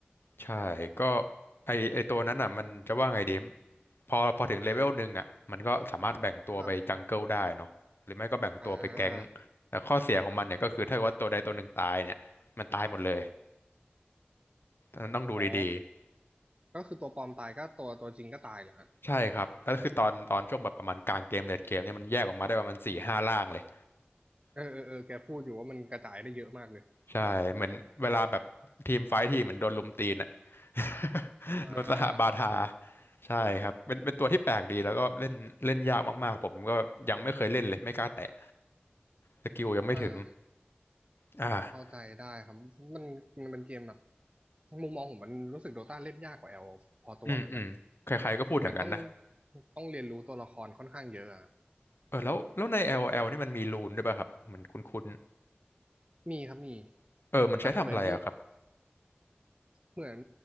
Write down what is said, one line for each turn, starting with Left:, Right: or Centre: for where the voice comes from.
Left: ใช่ก็ไอไอตัวนั้นอ่ะมันจะว่าไงดีพอพอถึงเลเวลหนึ่งอ่ะมันก็สามารถแบ่งตัวไปจังเกิลได้เนาะหรือไม่ก็แบ่งตัวไปแก๊ง
Right: ๆครับอ่า
Left: แต่ข้อเสียของมันเนี่ยก็คือถ้าเกิดว่าตัวใดตัวหนึ่งตายเนี่ยมันตายหมดเลยนั้นต้องดูดี
Right: อ๋อก็คือตัวปลอมตายก็ตัวตัวจริงก็ตายเหรอฮะ
Left: ๆใช่ครับแล้วคือตอนตอนช่วงแบบประมาณกลางเกมเลดเกมเนี่ยมันแยกออกมาได้ประมาณสี่ห้าล่างเลย
Right: เออเออเออแกพูดอยู่ว่ามันกระจายได้เยอะมากเลย
Left: ใช่เหมือนเวลาแบบทีมไฟท์ทีเหมือนโดนลุมตีนอ่ะ <laughs>
Right: อ่
Left: โดนสหบาทา
Right: า
Left: ใช่ครับเป็นเป็นตัวที่แปลกดีแล้วก็เล่นเล่นยากมากๆผมก็ยังไม่เคยเล่นเลยไม่กล้าแตะสกิลยังไม่ถึง
Right: อ่า
Left: อ่า
Right: เข้าใจได้ครับมันมันเป็นเกมแบบมุมมองผมมันรู้สึกโดต้าเล่นยากกว่าแอลพอตัวเหมือนกัน
Left: อืมอืมใครๆก็พูดอย่างนั้นนะ
Right: เหมือนต้องต้องเรียนรู้ตัวละครค่อนข้างเยอะอะ
Left: เออแล้วแล้วใน LOL นี่มันมีรูนด้วยป่ะครับเหมือนคุ้น
Right: มีครับมี
Left: ๆเออมันใช้ทำอะไรอะครับ
Right: แต่เหมือนเหมือน